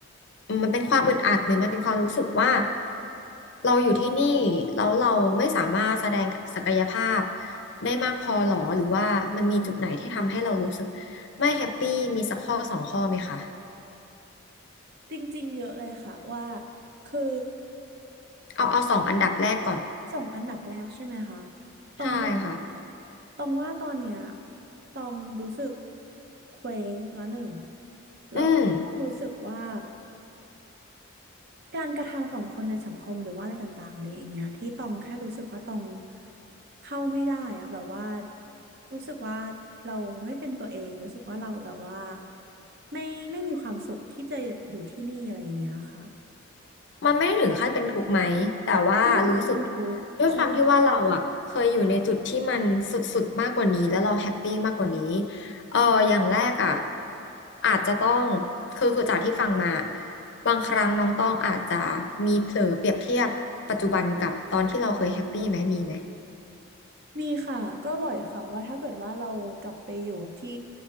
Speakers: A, on the left; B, on the right.
A: มันเป็นความอึดอัดหรือมันเป็นความรู้สึกว่าเราอยู่ที่นี่แล้วเราไม่สามารถแสดงศักยภาพได้มากพอหรอหรือว่ามันมีจุดไหนที่ทำให้เรารู้สึกไม่แฮปปี้มีสักข้อสองข้อไหมคะ
B: จริงๆเยอะเลยค่ะว่าคือ
A: เอาเอาสองอันดับแรกก่อน
B: ส่งอันดับแรกใช่ไหมคะตองว่า
A: ใช่ค่ะ
B: ต้องว่าตอนเนี้ยต้องรู้สึกเคว้งละหนึ่งแล้วต้องก็รู้สึกว่า
A: อืม
B: การกระทำของคนในสังคมหรือว่าอะไรต่างๆอะไรอย่างเงี้ยที่ตองแค่รู้สึกว่าตองเข้าไม่ได้อะแบบว่ารู้สึกว่าเราไม่เป็นตัวเองรู้สึกว่าเราแบบว่าไม่ไม่มีความสุขที่จะอยู่ที่นี่อะไรอย่างเงี้ยค่ะ
A: มันไม่ได้ถึงขั้นเป็นทุกข์ไหมแต่ว่ารู้สึก
B: ไม่ถึงกับเป็นทุกข์ใช่
A: ด้วยความที่ว่าเราอะเคยอยู่ในจุดที่มันสุดๆมากกว่านี้แล้วเราแฮปปี้มากกว่านี้เอออย่างแรกอะอาจจะต้องคือคือจากที่ฟังมาบางครั้งน้องต้องอาจจะมีเผลอเปรียบเทียบปัจจุบันกับตอนที่เราเคยแฮปปี้ไหมมีไหม
B: มีค่ะก็บ่อยค่ะว่าถ้าเกิดว่าเรากลับไปอยู่ที่